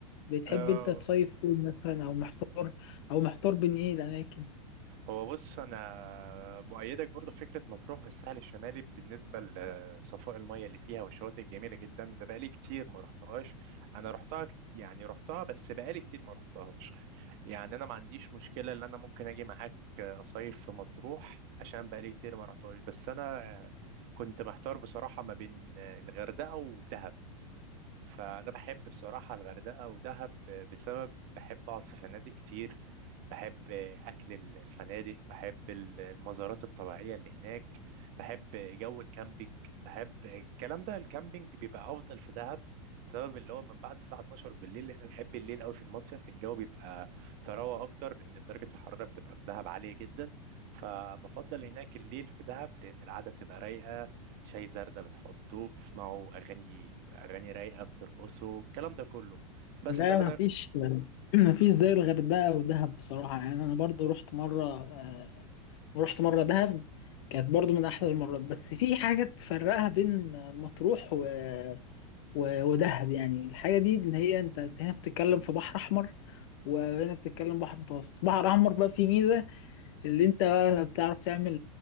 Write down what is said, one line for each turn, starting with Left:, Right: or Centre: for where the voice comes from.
Left: بتحب
Right: آه
Left: انت تصيف فين مثلا او محتار او محتار بين ايه الاماكن
Right: هو بص انا مؤيدك برضو في فكره مطروح والساحل الشمالي بالنسبه لصفاء المياه اللي فيها والشواطئ الجميله جدا انا بقالي كتير ما رحتهاش انا رحتها كت- يعني رحتها بس بقالي كتير ما رحتهاش يعني انا ما عنديش مشكله ان انا ممكن اجي معاك اصيف في مطروح عشان بقالي كتير ما رحتهاش بس انا كنت محتار بصراحه ما بين الغردقه ودهب فأنا بحب بصراحة الغردقة ودهب بسبب بحب أقعد في فنادق كتير بحب أكل ال- الفنادق بحب ال- المزارات الطبيعية اللي هناك بحب جو الكامبينج بحب الكلام ده الكامبينج بيبقى أفضل في دهب بسبب اللي هو من بعد الساعة 12 بالليل لأن أنا بحب الليل أوي في المصيف الجو بيبقى تروى أكتر لأن درجة الحرارة بتبقى في دهب عالية جدا فبفضل هناك الليل في دهب لأن القعدة بتبقى رايقة شاي زردة بتحطوه بتسمعوا أغاني أغاني رايقة بترقصوا الكلام ده كله بس
Left: لا
Right: ده اللي
Left: مفيش
Right: أنا
Left: <clears throat> مفيش زي الغردقة ودهب بصراحة يعني أنا برضو رحت مرة آه، رحت مرة دهب كانت برضو من أحلى المرات بس في حاجة تفرقها بين مطروح و و- ودهب يعني الحاجة دي اللي هي انت أنت هنا بتتكلم في بحر احمر وهنا بتتكلم بحر متوسط بحر احمر بقى فيه ميزة اللي انت بقى بتعرف تعمل